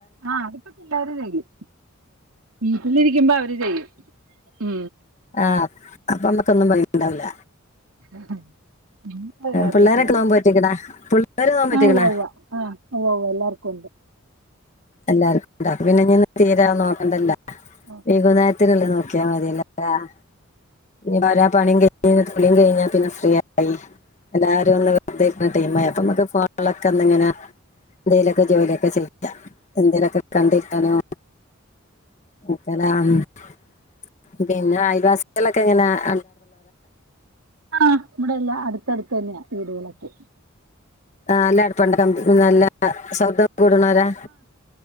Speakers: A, on the right; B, on the left.
A: ആഹ അതിപ്പോ പിള്ളാവരും ചെയ്യും വീട്ടിലിരിക്കുമ്പ അവര് ചെയ്യും ഉ
B: ആഹ അപ്പൊ നമ്മക്കൊന്നും പയണ്ടാവില്ല
A: ഉ ഉ അത് അറിയത്തിില്ല
B: പിള്ളേരൊക്കെ നോമ്പ് പറ്റിക്കണ പിള്ളേര് നോമ്പ് പറ്റിക്കണ
A: ആ്വ്വ ആഹ് ഓവ്വ എല്ലാർക്കും ഉണ്ട്
B: എല്ലാവർക്കും ഉണ്ട പിന്നെ ഇന്ന് തീരാൻ നോക്കണ്ടല്ല
A: കുഴപ്പമില്ല
B: വകുനയത്തിനുള്ള നോക്കിയാൽ മതിയല്ലേ ആ ഒരാ പണിയും കഴിഞ്ഞ തുളിയും കഴിഞ്ഞാ പിന്നെ ഫ്രീയയി എല്ലാരും ഒന്ന് വെതുന്ന ടീ അപ്പ നമ്മക്ക് ഫളൊക്കെന്നിങ്ങനെയ എന്തേലൊക്കെ ജോലിയൊക്കെ ചെയ്യാം എന്തേലൊക്കെ കണ്ടിരിക്കാനോ <inaudible> പിന്നെ അയൽവാസികളൊക്കെ എങ്ങനെ <inaudible>
A: ആ ഇവിടെ എല്ലാം അടുത്തടുത്ത് തന്നെയാ വീടുകളൊക്കെ
B: ആ നല്ല അടുപ്പമുണ്ട് നല്ല സൗഹൃദം കൂടണോരാ